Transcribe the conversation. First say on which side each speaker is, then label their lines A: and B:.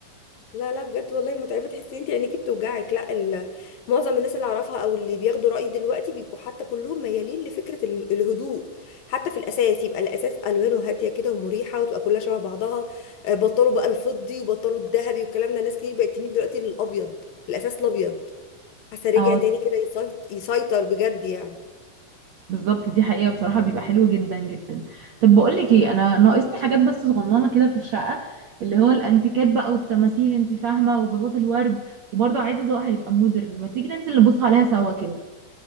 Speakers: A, on the left; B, on the right.
A: لا لا بجد والله متعبة تحسي انت عينيكي بتوجعك لا ال... معظم الناس اللي اعرفها او اللي بياخدوا رأيي دلوقتي بيبقوا حتى كلهم ميالين لفكرة ال- الهدوء حتى في الاساس يبقى الاساس الوانه هادية كده ومريحة وتبقى كلها شبه بعضها آه، بطلوا بقى الفضي وبطلوا الذهبي والكلام ده ناس كتير بقت تميل دلوقتي للابيض الاساس الابيض حاسة رجع
B: أو
A: تاني كده يسيط- يسيطر بجد يعني
B: بالظبط دي حقيقة بصراحة بيبقى حلو جدا جدا طب بقولك ايه انا ناقصني حاجات بس صغننة كده في الشقة اللي هو الانتيكات بقى والتماثيل انت فاهمة وفازات الورد وبرضه عايزة ذوقها يبقى مودرن ما تيجي ننزل نبص عليها سوا كده